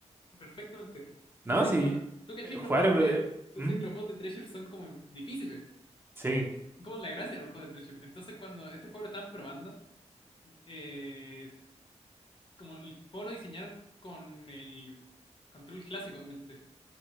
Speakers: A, on the left; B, on the right.
A: Perfectamente. Entonces,
B: No, sí.
A: cuando. Tú caché
B: eh,
A: que
B: Jugar.
A: los juegos
B: eh,
A: de. Tú
B: ¿mm?
A: sabes que los juegos de Treasure son como difíciles.
B: Sí,
A: Como la gracia de los juegos de Treasure. Entonces, cuando este juego lo estaban probando, eh, como el juego lo diseñaron con el control clásico en mente.